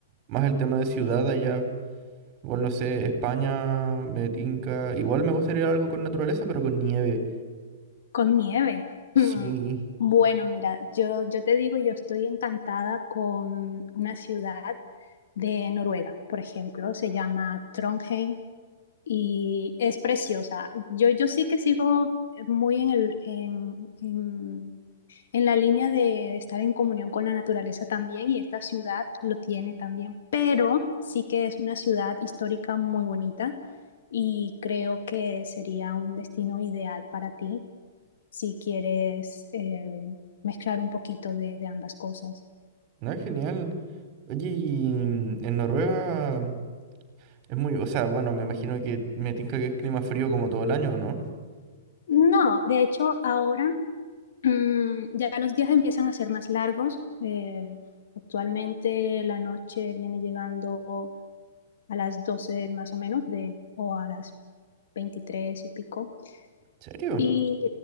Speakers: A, on the right; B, on the left.
A: más el tema de ciudad allá. Igual no sé, España, me tinca. Igual me gustaría algo con naturaleza, pero con nieve.
B: Con nieve.
A: Sí,
B: Mm, Bueno, mira, yo, yo te digo, yo estoy encantada con una ciudad de Noruega, por ejemplo, se llama Trondheim. y es preciosa. Yo, yo sí que sigo muy en, el, en, en- en la línea de estar en comunión con la naturaleza también y esta ciudad lo tiene también, pero sí que es una ciudad histórica muy bonita y creo que sería un destino ideal para ti si quieres eh, mezclar un poquito de de ambas cosas.
A: no es genial. Oye, y mm, en Noruega es muy, o sea, bueno, me imagino que me tinca que es clima frío como todo el año, ¿no?
B: No, de hecho, ahora Mm, ya los días empiezan a ser más largos. eh, actualmente la noche viene llegando a las 12 más o menos de, o a las 23 y pico.
A: serio?
B: Y